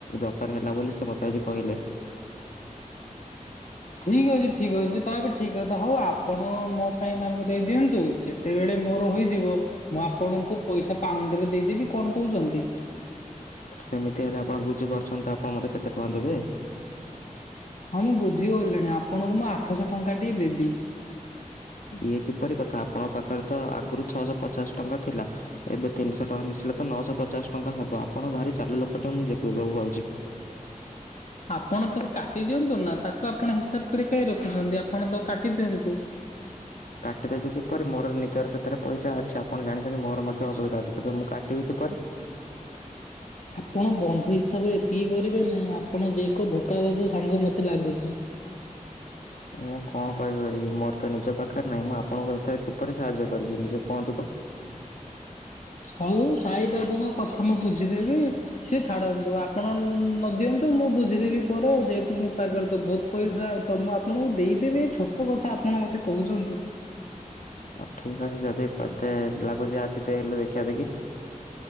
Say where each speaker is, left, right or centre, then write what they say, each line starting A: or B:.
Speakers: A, on the left; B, on the left.
A: ଦରକାର ହେଲା ବୋଲି ସେ ମତେ ଆଜି କହିଲେ।
B: ଠିକ୍ ଅଛି ଠିକ୍ ଅଛି ତା ବି ଠିକ କଥା ହଉ ଆପଣ ମୋ ପାଇଁ ତାଙ୍କୁ ଦେଇଦିଅନ୍ତୁ ଯେ ତେବେଳେ ମୋର ହେଯିବ ମୁଁ ଆପଣଙ୍କୁ ପଇସା ପାଉଣ୍ଡରେ ଦେଇଦେବି କଣ କହୁଛନ୍ତି?
A: ସେମିତି ହେଲେ ଆପଣ ବୁଝିପାରୁଛନ୍ତି ତ ଆପଣ ମତେ କେତେ ଟଙ୍କା ଦେବେ?
B: ହଁ ମୁଁ ବୁଝିଗିଲିଣି ଆପଣଙ୍କୁ ମୁଁ ଆଠଶହ ଟଙ୍କା ଟିକେ ଦେବି।
A: ଇଏ କିପରି କଥା ଆପଣଙ୍କ ପାଖରେ ତ ଆଗରୁ ଛଅଶହ ପଚାଶ ଟଙ୍କା ଥିଲା। ଏବେ ତିନିଶହ ଟଙ୍କା ମିଶିଲେ ତ ନଅଶହ ପଚାଶ ଟଙ୍କା ହବ ଆପଣ ଭାରି ଚାଲୁ ଲୋକ କିଏ ମୁଁ ଦେଖିବାକୁ ପାଉଛି।
B: ଆପଣ ତାକୁ କାଟି ଦିଅନ୍ତୁ ନା ତାକୁ ଆପଣ ହିସାବ କରି କାହି ରଖୁଛନ୍ତି ଆପଣ ତାକୁ କାଟି ଦିଅନ୍ତୁ।
A: କାଟିଦେବି କିପରି ମୋର ନିଜର ସାଥିରେ ପଇସା ଅଛି ଆପଣ ଜାଣିଛନ୍ତି ମୋର ମଧ୍ୟ ଅସୁବିଧା ଅଛି ତେବେ ମୁଁ କାଟିବି କିପରି।
B: ଆପଣ ବନ୍ଧୁ ହିସାବରେ ଏତିକି କରିବେ ନାହିଁ ଆପଣ ଯେଏ ଏକ ଧୋକା ବାଜ ସାଙ୍ଗ ମତେ ଲାଗୁଛି।
A: ମୁଁ କଣ କରିପାରିବି ମୋର ତ ନିଜ ପାଖରେ ନାହିଁ ମୁଁ ଆପଣଙ୍କୁ ଏଥରେ କିପରି ସାହାଯ୍ୟ କରିବି ନିଜେ କୁହନ୍ତୁ ତ।
B: ହଉ ସାଇ ବାବୁଙ୍କ କଥା ମୁଁ ବୁଝିଦେବି ସିଏ ଛାଡ଼ନ୍ତୁ ଆପଣ ନଦିଅନ୍ତୁ ମୁଁ ବୁଝିଦେବି ପରେ ଯେହେତୁ ମୋ ପାଖରେ ତ ବହୁତ ପଇସା ତ ମୁଁ ଆପଣଙ୍କୁ ଦେଇଦେବି ଏଇ ଛୋଟ କଥା ଆପଣ ମତେ କହୁଚନ୍ତି।
A: ହଉ ଠିକ୍ ଅଛି ଯଦି କେତେ ଲାଗୁଚି ଆଜି ଦେଇଲେ ଦେଖିିବା ଦେଖି।